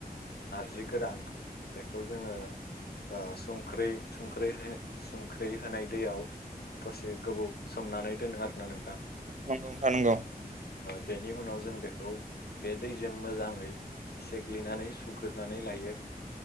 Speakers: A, on the left; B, on the right.
A: जि गोरान बेखौ जोङो संख्रै संख्रै संख्रि होनाय दैयाव दसे गोबौ सोमनानै दोनो आरोना नों
B: नंगौ नथां नंगौ
A: बेनि उनाव जों बेखौ बे दैजों मोजाङै सेग्लिनानै सुग्रोननानै लायो